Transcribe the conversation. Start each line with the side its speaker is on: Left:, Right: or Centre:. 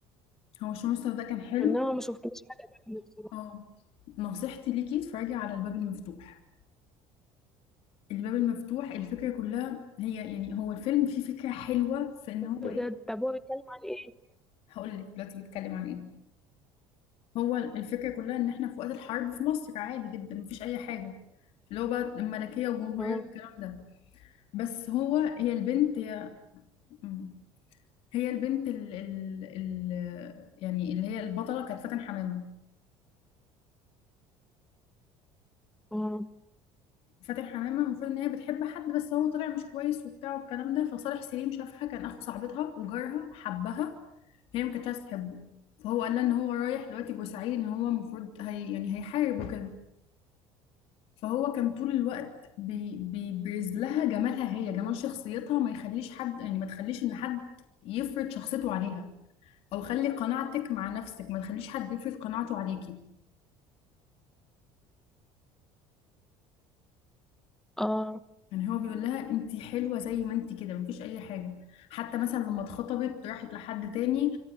Left: هو شو مستر ده كان حلو
Centre: انما ما شفتلوش حاجة تانية بصراحة
Left: اه نصيحتي ليكي اتفرجي على الباب المفتوح الباب المفتوح الفكرة كلها هي يعني هو الفيلم فيه فكرة حلوة في ان هو
Centre: بجد
Left: ايه
Centre: طب هو بيتكلم عن ايه
Left: هقول لك دلوقتي بيتكلم عن ايه هو الفكرة كلها ان احنا في وقت الحرب في مصر عادي جدا مفيش اي حاجة اللي هو بقى الملكية والجمهورية
Centre: اه
Left: والكلام ده بس هو هي البنت هي مم. هي البنت ال ال ال يعني اللي هي البطلة كانت فاتن حمامة
Centre: اه
Left: فاتن حمامة المفروض ان هي بتحب حد بس هو طلع مش كويس وبتاع والكلام ده فصالح سليم شافها كان اخو صاحبتها وجارها حبها هي ما كانتش عايزة تحبه فهو قال لها ان هو رايح دلوقتي بورسعيد ان هو المفروض هي يعني هيحارب وكده فهو كان طول الوقت بي بيبرز لها جمالها هي جمال شخصيتها وما يخليش حد يعني ما تخليش ان حد يفرض شخصيته عليها او خلي قناعتك مع نفسك ما تخليش حد يفرض قناعته عليكي
Centre: اه
Left: يعني هو بيقول لها انت حلوة زي ما انت كده مفيش اي حاجة حتى مثلا لما اتخطبت راحت لحد تاني